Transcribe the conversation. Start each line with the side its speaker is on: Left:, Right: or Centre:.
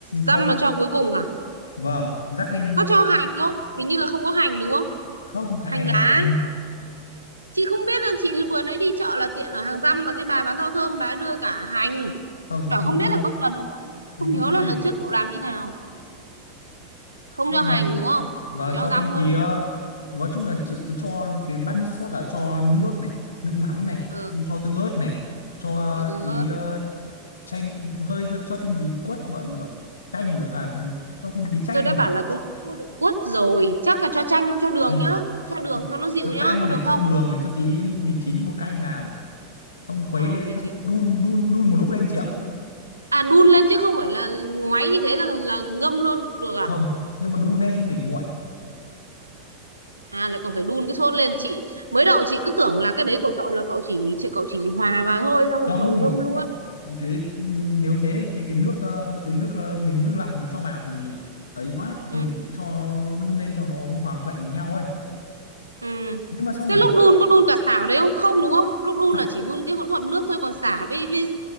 Left: cho
Right: dăm là cho cuối cùng à?
Left: vâng rắc lên
Right: Có
Left: ờ,
Right: cho hành không? Hình như là không có hành đúng không?
Left: không ai
Right: Hành
Left: ăn
Right: lá. ấy.
Left: hành
Right: Chị không biết là chị vừa nãy đi chợ là tiện ở hàng răm là cái bà bán rau thơm bà ấy đưa cả hành.
Left: không
Right: Bảo
Left: mình
Right: không
Left: không
Right: biết là có cần không?
Left: mình
Right: Không
Left: không
Right: nhớ
Left: cho
Right: là
Left: hành
Right: lần trước cậu làm như nào. không
Left: Đó,
Right: cho hành
Left: mình
Right: đúng không
Left: và
Right: chỉ cho
Left: cho
Right: răm
Left: thêm
Right: thôi
Left: tí
Right: đúng
Left: ờ,
Right: không
Left: nói chung là chị cứ cho cái bát nước sốt là cho nước này nước mắm này
Right: ờ
Left: xong cho tương ớt này cho
Right: cho tương
Left: tí
Right: ớt
Left: ờ, chanh hơi hơi cho thêm tí quất vào được chanh nữa à, à cho thêm tí chanh
Right: tôi đã
Left: được
Right: bảo là tôi không mua được quất rồi chắc là cho chanh không cho đường
Left: ừ.
Right: nhá cho đường
Left: cho
Right: cho nó dịu
Left: cho
Right: nhá
Left: chanh
Right: có
Left: này
Right: được không
Left: cho đường này cho tí mì chính bột canh vào xong khuấy
Right: ờ
Left: lên
Right: mì
Left: xong
Right: chính
Left: đun đun đun một lúc lên chị ạ
Right: à đun lên chứ không phải là ngoáy như thế là là ngâm luôn cũng được à
Left: không nhưng mà đun lên xong để nguội
Right: à lại còn phải đun cái sốt lên chị mới đầu chị cứ tưởng là cái đấy của cậu là cậu chỉ chị cậu chỉ hòa vào thôi xong rồi
Left: không
Right: cậu ngâm luôn
Left: thế nếu thế thì cái nước ờ, cái nước ờ, mình nước lọc mình cho vào thì ấy quá
Right: ừ
Left: thì mình phải cho đun lên cho nó hòa quyện với nhau ấy
Right: ừ
Left: nhưng mà xong
Right: thế
Left: để
Right: lúc
Left: nguội
Right: đun có đun cả xả vào đấy không không đúng không lúc đun
Left: xả
Right: là chỉ đun cái hỗn hợp nước thôi còn xả với với